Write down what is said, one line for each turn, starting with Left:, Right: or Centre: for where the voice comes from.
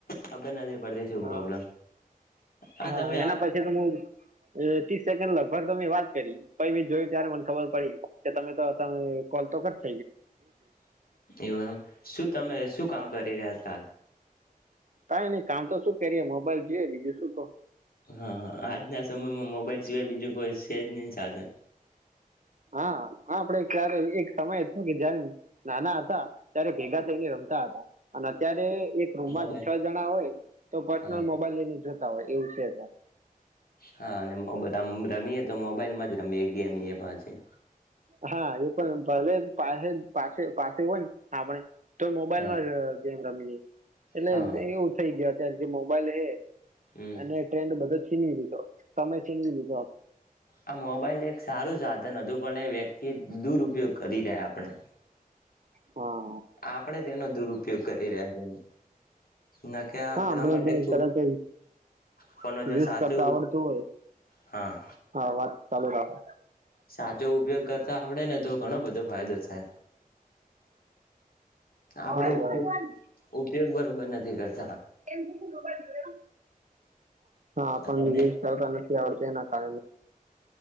Left: હ બેે નદી. પતીશું
Right: હા
Left: પ્રોબ્લેમ આ
Right: હા
Left: તમે
Right: એના
Left: આ
Right: પછી તો હું ત્રીસ સેકન્ડ લગભગ તમે વાત કરી. પછ મેી જોયું ત્યારે મને ખબર પડી. કે તમે તો તમે કોલ તો ખચ
Left: એવું એમ શું તમે શું કામ
Right: હા
Left: કરી રહ્ય હતા હાલ
Right: કઈ નઈ કામ તો શું કરીએ મોબાઈલ જોઈએ બીજું શું તો.
Left: હા આજના સમયમાં મોબાઈલ સિવાય બીજું કોઈ છેજ નહી સાધન.
Right: હા આપડે ક્યારે એક સમય હતો કે જયારે નાના હતા ત્યારે ભેગા થઈને રમતા હતા. અને અત્યારે એક રૂમમાં
Left: મોબાઈલ
Right: છ જણા હોય તો પર્સનલ
Left: હા
Right: મોબાઈલ લઈને જો હોય એવું છે તાર <inaudible>
Left: હા અને રમીએ તો મોબાઈલ માં જ રમીએ ગેમ. પાછી
Right: હા એ પણ પલે <inaudible> પાસે પાસે પાસે હોય ને આપણે તોય મોબાઈલમાં
Left: હા
Right: જ ગેમ તમીએ <inaudible> એટલે
Left: હા
Right: એવું થઇ ગયું. જે મોબાઈલ હ
Left: હમ
Right: અને ટ્રેન્ડ બધ જ ચીનવી લીધો સમય ચીનવી લીધો આપણે.
Left: આ મોબાઈલ એક સારું સાધન હતું પણ એ વ્યક્તિ દુરપયોગ કરી રહ્યા આપણે.
Right: હા
Left: આપણેે એનો દુરુપયોગ કરી રહ્યા છે એ ન કે આપણા
Right: હા હમણાં
Left: માટે ખ
Right: તરત
Left: કોનો
Right: યુઝ
Left: જો સાચું
Right: કરતા આવડતું હોય
Left: હા.
Right: હા વાત ચાલુ રાખો
Left: સાચો ઉપયોગ કરતા આપડે ને તો ઘણો બધો ફાયદો થાય.
Right: હા
Left: આપડે
Right: બરાબર
Left: ઉપયો ઉપયોગ બરોબર નથી.
Right: <inaudible>
Left: <inaudible>
Right: હા પણ
Left: તમે
Right: નિજે વિસ્તારતા નથી આવડત એ ના